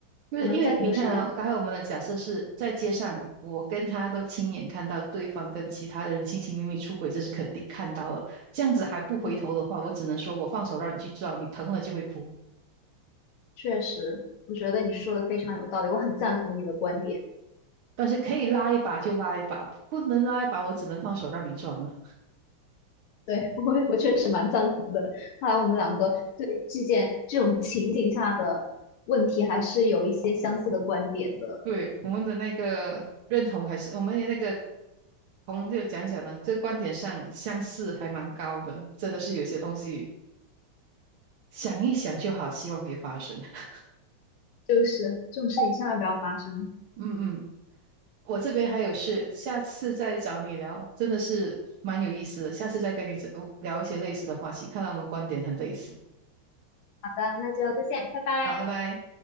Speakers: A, on the right; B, on the left.
A: 就是因为你看啊，
B: 可能在那个时间，
A: 刚才我们的假设是在街上，我跟他都亲眼看到对方跟其他的人亲亲密密出轨，这是肯定看到了。这样子还不回头的话，
B: 嗯，
A: 我只能说我放手让你去撞，你疼了就会哭。
B: 确实，我觉得你说的非常有道理，我很赞同你的观点，
A: 但是可以拉一把就拉一把，不能拉一把，我只能放手让你撞了。
B: 对，<laughs> 我我确实蛮赞同的。看来我们两个对这件这种情景下的问题还是有一些相似的观点的。
A: 对，我们的那个认同还是我们的那个同就讲讲呢，这个观点上相似还蛮高的，真的是有些东西想一想就好，希望别发生。<laughs>
B: 就是这种事情千万不要发生。
A: 嗯我这边还有事，下次再找你聊，真的是蛮有意思的。下次再跟你讲聊一些类似的话题，看来我们观点很类似。
B: 好的，那就再见，拜拜。
A: 好，拜拜。